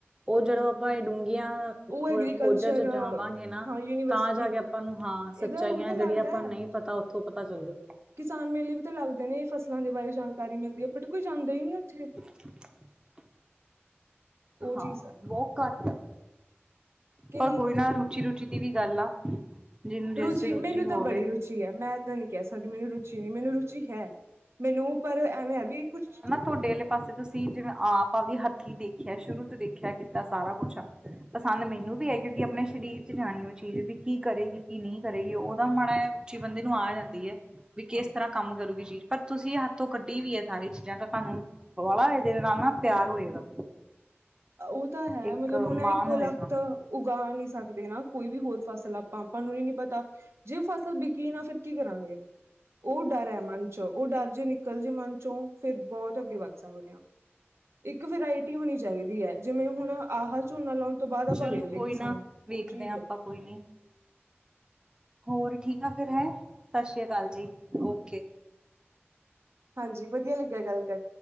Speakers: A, on the right; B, on the right.
A: ਉਹ ਜਦੋਂ ਆਪਾਂ ਇਹ ਡੂੰਘੀਆਂ
B: ਉਹ
A: ਖੋ
B: ਐਗਰੀਕਲਚਰ
A: ਖੋਜਾਂ ਚ ਜਾਵਾਂਗੇ ਨਾ
B: ਹਾਂ ਯੂਨੀਵਰਸਿਟੀ
A: ਤਾਂ ਜਾ ਕੇ ਆਪਾਂ ਨੂੰ ਹਾਂ
B: ਇਹਦਾ
A: ਸੱਚਾਈਆਂ
B: ਉਹ ਵੀ ਤਾਂ
A: ਜਿਹੜੀਆਂ
B: ਲੱਗਦਾ
A: ਆਪਾਂ ਨੂੰ
B: ਹੈ
A: ਨਹੀਂ ਪਤਾ ਉੱਥੋਂ ਪਤਾ ਚੱਲਦੇ
B: ਕਿਸਾਨ ਮੇਲੇ ਵੀ ਤਾਂ ਲੱਗਦੇ ਨੇ ਫਸਲਾਂ ਦੇ ਬਾਰੇ ਜਾਣਕਾਰੀ ਮਿਲਦੀ ਹੈ ਬਟ ਕੋਈ ਜਾਂਦਾ ਹੀ ਨਹੀਂ ਉੱਥੇ
A: <unintelligible>
B: ਉਹ
A: ਹਾਂ
B: ਚੀਜ਼ ਹੈ
A: ਬਹੁਤ ਘੱਟ ਆ
B: ਕਿ
A: ਪਰ
B: ਨਹੀਂ
A: ਕੋਈ ਨਾ ਰੁਚੀ ਰੁਚੀ ਦੀ ਵੀ ਗੱਲ ਆ ਜਿਹਨੂੰ ਜਿਸ
B: ਰੁਚੀ
A: ਚ
B: ਮੈਨੂੰ
A: ਹੋਵੇ
B: ਤਾਂ ਬੜੀ ਰੁਚੀ ਹੈ ਮੈਂ ਤਾਂ ਨਹੀਂ ਕਹਿ ਸਕਦੀ ਮੈਨੂੰ ਰੁਚੀ ਨਹੀਂ ਮੈਨੂੰ ਰੁਚੀ ਹੈ ਮੈਨੂੰ ਪਰ ਐਵੇਂ ਹੈ ਵੀ ਕੁਛ
A: ਤੋਹਡੇ ਵਾਲੇ ਪਾਸੇ ਤੁਸੀਂ ਜਿਵੇਂ ਆਪਦੀ ਹੱਥੀ ਦੇਖਿਆ ਸ਼ੁਰੂ ਤੋਂ ਦੇਖਿਆ ਕਿ ਕੀਤਾ ਸਾਰਾ ਕੁੱਛ ਆ ਪਸੰਦ ਮੈਨੂੰ ਵੀ ਐ ਕਿਉਂਕਿ ਆਪਣੇ ਸਰੀਰ ਚ ਜਾਣੀ ਉਹ ਚੀਜ਼ ਵੀ ਕੀ ਕਰੇਗੀ ਕੀ ਨਹੀਂ ਕਰੇਗੀ ਉਹਦਾ ਮਾੜਾ ਐ ਉੱਚੀ ਬੰਦੇ ਨੂੰ ਆ ਜਾਂਦੀ ਹੈ ਵੀ ਕਿਸ
B: ਹਾਂ
A: ਤਰ੍ਹਾਂ ਕੰਮ ਕਰੂਗੀ ਜੀ ਪਰ ਤੁਸੀਂ ਹੱਥੋਂ ਕੱਢੀ ਵੀ ਹੈ ਸਾਰੀ ਚੀਜ਼ਾਂ ਤਾਂ ਤੁਹਾਨੂੰ ਵਾਲਾ ਇਹਦੇ ਨਾਲ ਨਾ ਪਿਆਰ ਹੋਏਗਾ
B: ਉਹ ਤਾਂ ਹੈ
A: ਇੱਕ
B: ਮਤਲਬ ਹੁਣ
A: ਮਾਣ
B: ਇੱਕੋ
A: ਹੋਏਗਾ
B: ਲੱਤ ਉਗਾ ਨਹੀਂ ਸਕਦੇ ਨਾ ਕੋਈ ਵੀ ਹੋਰ ਫਸਲ ਆਪਾਂ ਆਪਾਂ ਨੂੰ ਹੀ ਨੀ ਪਤਾ ਜੇ ਉਹ ਫਸਲ ਵਿਕੀ ਨਾ ਫਿਰ ਕੀ ਕਰਾਂਗੇ ਉਹ ਡਰ ਹੈ ਮਨ ਚ ਉਹ ਡਰ ਜੇ ਨਿ ਅਕਲ ਜੀ ਮਨ ਚੋਂ ਫਿਰ ਬਹੁਤ ਅੱਗੇ ਵੱਧ ਸਕਦੇ ਹ ਇੱਕ ਵਰਾਇਟੀ ਹੋਣੀ ਚਾਹੀ ਵੀ ਹੈ ਜਿਵੇਂ ਹੁਣ ਆਹ ਝੋਨਾ ਲਾਉਣ ਤੋਂ ਬਾਅਦ ਆਪਾਂ
A: ਚਲੋ
B: ਵੇਹਲੇ
A: ਕੋਈ
B: ਕਿਸਾਨ
A: ਨਾ ਵੇਖਦੇ
B: ਉਹ ਚੀਜ਼
A: ਹਾਂ ਆਪਾਂ
B: ਆ
A: ਕੋਈ ਨੀ ਹੋਰ ਠੀਕ ਆ ਫਿਰ ਹੈ ਸਤਿ ਸ੍ਰੀ ਕਾਲ ਜੀ ਓਕੇ
B: ਹਾਂਜੀ ਵਧੀਆ ਲੱਗਿਆ ਗੱਲ ਕਰ